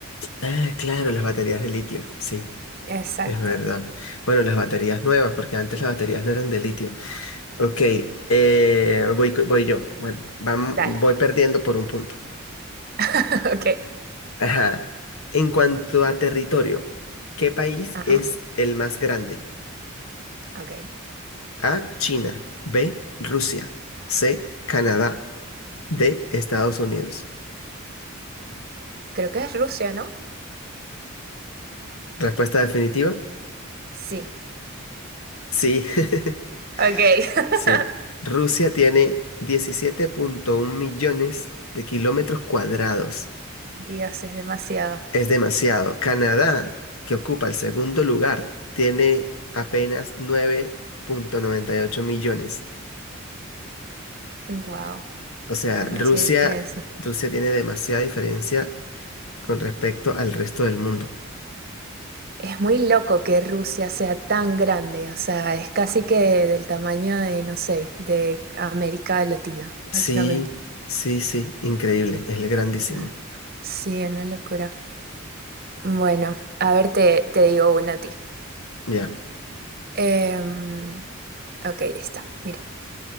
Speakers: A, on the left; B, on the right.
A: Ah, claro, las baterías de litio. Sí,
B: Exacto.
A: es verdad. Bueno, las baterías nuevas, porque antes las baterías no eran de litio. Ok, eh, voy, co- voy yo. Bueno, vam-
B: Dale.
A: voy perdiendo por un punto.
B: <laughs> Ok.
A: Ajá. En cuanto a territorio, ¿qué país
B: Ajá.
A: es el más grande?
B: Ok.
A: A, China. B, Rusia. C, Canadá. D, Estados Unidos.
B: Creo que es Rusia, ¿no?
A: Respuesta definitiva.
B: Sí.
A: Sí, <laughs>
B: Ok. <laughs>
A: sí. Rusia tiene diecisiete punto uno millones de kilómetros cuadrados.
B: Dios, es demasiado.
A: Es demasiado. Canadá, que ocupa el segundo lugar, tiene apenas nueve punto noventa y ocho millones.
B: Wow.
A: O sea,
B: Es demasiada
A: Rusia,
B: diferencia.
A: Rusia tiene demasiada diferencia con respecto al resto del mundo.
B: Es muy loco que Rusia sea tan grande. O sea, es casi que del tamaño de, no sé, de América Latina,
A: Sí,
B: básicamente.
A: sí, sí, increíble, es grandísimo.
B: Ah, Sí, una locura. Bueno, a ver, te, te digo una a ti.
A: Ya.
B: Em, ok, ya está. Mira.